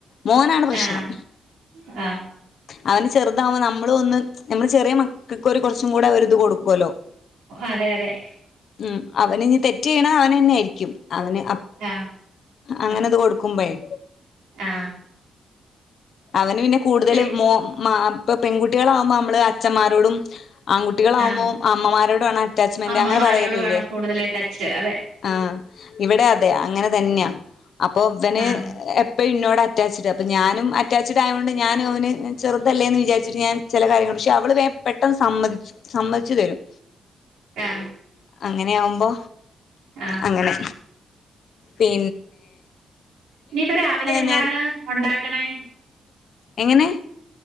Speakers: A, on the left; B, on the right.
A: മോനാണ് പ്രശ്നം
B: ആഹ് ആഹ്
A: അവന് ചെറുതാവകുമ്പോ നമ്മളും ഒന്ന് നമ്മള് ചെറിയ മക്കൾക്ക് കൊറച്ചും കൂടെ ഒരു ഇത് കൊടുക്കോലോ
B: അതെ അതെ
A: ഉം അവന് ഇഞ്ഞ് തെറ്റ് ചെയ്യ്ണ അവനന്നെ ആയിരിക്കും അവന്
B: ആഹ്.
A: അങ്ങനെ
B: ആഹ്
A: ഇത് കൊടുക്കുമ്പോയ്
B: ആഹ്
A: അവന് പിന്നെ കൂടുതല്
B: പി
A: മോ മാ പ്പ് പെൺകുട്ടികളാകുമ്പോ നമ്മള് അച്ഛന്മാരോടും ആൺകുട്ടികളാകുമ്പോം
B: ആഹ്
A: അമ്മമാരോട് ആണ് അറ്റാച്ച്മെന്റ്
B: അമ്മമാരോട്
A: അങ്ങനെ പറയലില്ലേ.
B: വേണം കൂടുതൽ ടച്ച് അതെ
A: ആഹ് ഇവടെ അതെ അങ്ങനെ തന്നെയാ, അപ്പൊ ഇവന്
B: ആഹ്
A: എ- അപ്പഴ് ഇന്നോട് അറ്റാച്ച്ഡ് അപ്പം ഞാനും അറ്റാച്ച്ഡ് ആയോണ്ട് ഞാനും അവന് ചെറുതല്ലേന്ന് വിജാരിച്ചിട്ട് ഞാൻ ചില കാര്യങ്ങൾ പക്ഷെ അവള് വേം പെട്ടെന്ന് സമ്മതിച്ച് സമ്മതിച്ചു തരും.
B: ആഹ്.
A: അങ്ങനെയാ ആകുമ്പോ
B: ആഹ്
A: അങ്ങനെ പി
B: ഇനിപ്പൊ രാവിലെ എന്താണ്
A: നേ
B: ഉണ്ടാക്കണേ?
A: എങ്ങനെ?